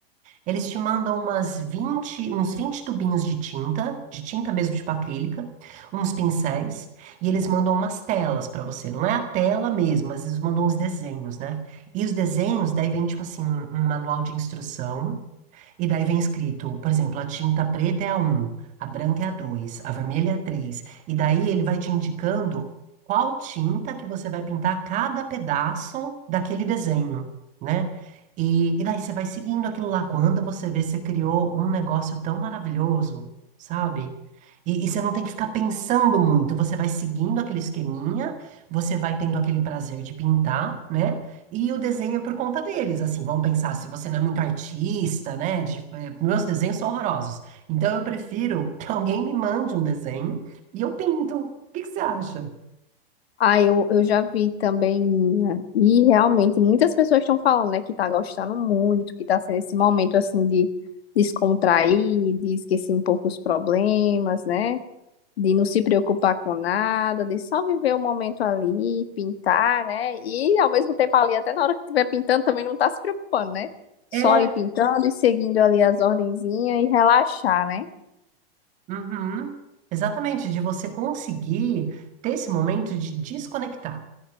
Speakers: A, on the right; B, on the left.
A: Eles te mandam umas vinte, uns vinte tubinhos de tinta, de tinta mesmo, tipo acrílica, uns pincéis, e eles mandam umas telas pra você. Não é a tela mesmo, mas eles mandam uns desenhos, né? E os desenhos, daí vem, tipo assim, um um manual de instrução e daí vem escrito, por exemplo, a tinta preta é a um, a branca é a 2, a vermelha é a 3. E daí ele vai te indicando qual tinta que você vai pintar cada pedaço daquele desenho, né? E, e daí você vai seguindo aquilo lá. Quando você vê, você criou um negócio tão maravilhoso, sabe? E, e você não tem que ficar pensando muito, você vai seguindo aquele esqueminha, você vai tendo aquele prazer de pintar, né? E o desenho é por conta deles, assim, vamos pensar, se você não é muito artista, né? de- eh, meus desenhos são horrorosos. Então eu prefiro que alguém me mande um desenho e eu pinto. O que que você acha?
B: Ah, eu, eu já vi também, menina, e realmente muitas pessoas estão falando, né, que tá gostando muito, que tá sendo esse momento assim de descontrair, de esquecer um pouco os problemas, né? de não se preocupar com nada, de só viver o momento ali, pintar, né? E ao mesmo tempo ali, até na hora que estiver pintando, também não tá se preocupando, né? Só
A: É,
B: ir pintando e seguindo ali as ordenzinhas e relaxar, né?
A: uhum, exatamente, de você conseguir ter esse momento de desconectar.